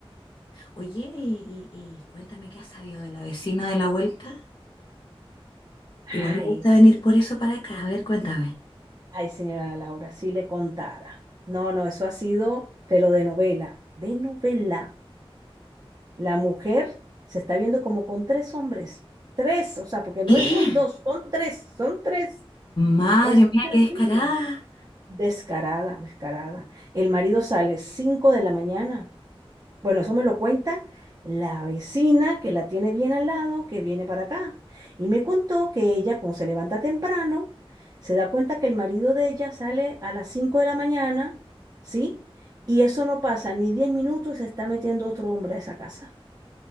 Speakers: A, on the left; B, on the right.
A: Oye, y, y- y cuéntame qué has sabido de la vecina de la vuelta.
B: Ay,
A: Igual me gusta
B: s-
A: venir por eso para acá. A ver, cuéntame.
B: ay, señora Laura, si le contara. No, no, eso ha sido, pero de novela, de novela. La mujer se está viendo como con tres hombres, tres, o sea, porque no
A: ¿Qué?
B: es- son dos, son tres, son tres.
A: Madre
B: Es
A: mía,
B: terrible.
A: qué descarada.
B: Descarada, descarada. El marido sale cinco de la mañana Bueno, eso me lo cuenta la vecina que la tiene bien al lado, que viene para acá. Y me contó que ella, cuando se levanta temprano, se da cuenta que el marido de ella sale a las 5 de la mañana, ¿sí? Y eso no pasa ni 10 minutos y se está metiendo otro hombre a esa casa,